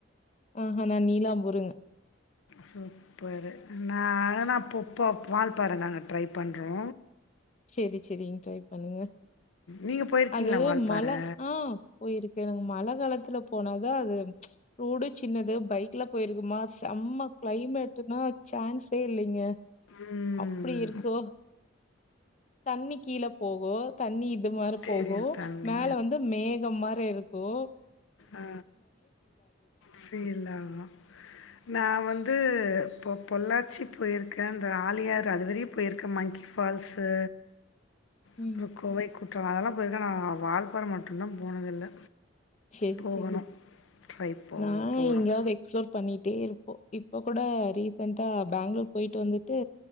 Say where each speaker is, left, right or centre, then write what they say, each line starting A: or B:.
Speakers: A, on the left (about 35°); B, on the left (about 80°).
A: ஆ ஹ நா நீலாம்பூருங்க
B: சூப்பரு நா நா போ போ வால்பாற தாங்க ட்ரை பண்றோ
A: செரி செரிங் ட்ரை பண்ணுங்க
B: நீங்க போயிருக்கீங்களா
A: அது
B: வால்பாறை?
A: மழ ஆ போயிருக்கேங் மழ காலத்துல போனாதா அது ரோடு சின்னது பைக்ல போயிருக்குமா செம்ம க்ளைமேட்டுனா சான்ஸே இல்லீங்க
B: ம்.
A: அப்டி இருக்கோ தண்ணி கீழ போகோ தண்ணி இது மாரி
B: தெரியும்
A: போகு
B: தண்ணி.
A: மேல வந்து மேகம் மாரி இருக்கு
B: ஆ ஃபீல் ஆகு நா வந்து இப்போ பொள்ளாச்சி போயிருக்கே இந்த ஆழியார் அதுவரையு போயிருக்கே மங்கி ஃபால்ஸு
A: ம்.
B: அப்புறோ கோவை குற்றாலோ அதெல்லா போயிருக்கேன் ஆனா வால்பாற மட்டுந்தா போனதில்ல
A: செரி
B: போகணும்.
A: செரி
B: ட்ரை போ
A: நா
B: போறோம்.
A: எங்கயாவது எக்ஸ்ப்ளோர் பண்ணிட்டே இருப்போ இப்ப கூட ரீசென்டா பெங்களூர் போயிட்டு வந்துட்டு